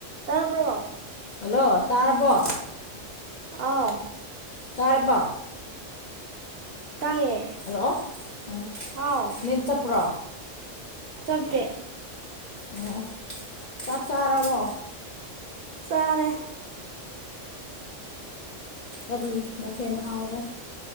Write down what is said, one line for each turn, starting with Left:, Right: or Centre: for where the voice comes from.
Right: ꯇꯥꯕ꯭ꯔꯣ
Left: ꯍꯜꯂꯣ ꯇꯥꯔꯕꯣ
Right: ꯑꯥꯎ
Left: ꯇꯥꯔꯕꯣ
Right: ꯇꯥꯏꯌꯦ
Left: ꯍꯜꯂꯣ ꯑꯣ
Right: ꯍꯥꯎ
Left: ꯅꯦꯠ ꯆꯞꯄ꯭ꯔꯣ
Right: ꯆꯞꯇꯦ
Left: ꯑꯣ ꯑꯣ ꯆꯥꯛ ꯆꯥꯔꯕꯣ
Right: ꯆꯥꯔꯦ
Left: ꯀꯔꯤ ꯃꯊꯦꯟ ꯍꯥꯎꯔꯦ